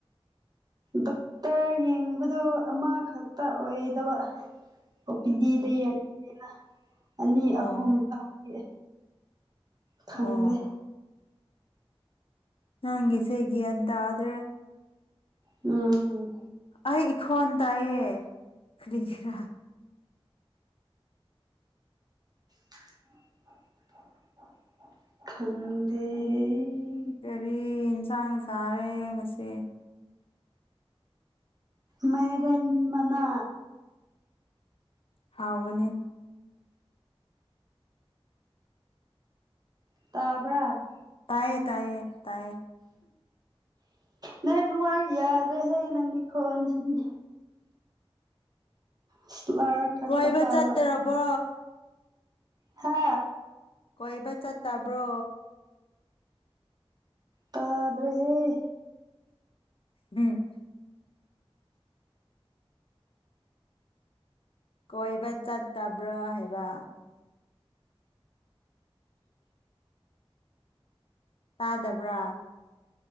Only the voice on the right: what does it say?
ꯗꯣꯛꯇꯔ ꯌꯦꯡꯕꯗꯨ ꯑꯃꯈꯛꯇ ꯑꯣꯏꯗꯕ ꯑꯣ ꯄꯤ ꯗꯤꯗ ꯌꯦꯡꯕꯅꯤꯅ ꯑꯅꯤ
ꯑꯍꯨꯝ ꯇꯕꯥꯒꯤ ꯊꯪꯗꯦ
ꯎꯝ
ꯈꯪꯗꯦꯍꯦ
ꯃꯩꯔꯦꯟ ꯃꯅꯥ
ꯇꯥꯕ꯭ꯔꯥ
ꯅꯦꯠꯋꯥꯛ ꯌꯥꯗꯦ ꯍꯦ ꯅꯪꯒꯤ ꯈꫭꯟꯖꯤꯗꯤ ꯏꯁꯂꯔꯛ ꯈꯛꯇ
ꯇꯕ
ꯍꯥ
ꯇꯗ꯭ꯔꯦꯍꯦ